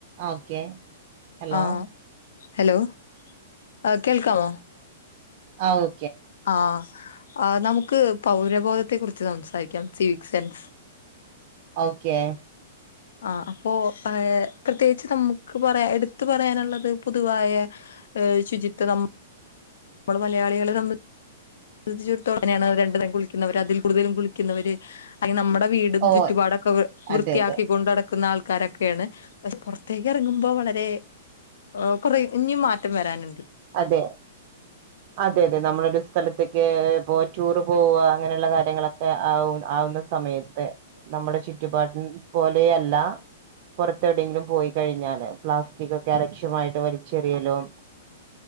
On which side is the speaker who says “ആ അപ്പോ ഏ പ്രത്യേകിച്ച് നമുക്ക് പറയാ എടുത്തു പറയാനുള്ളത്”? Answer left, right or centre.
Left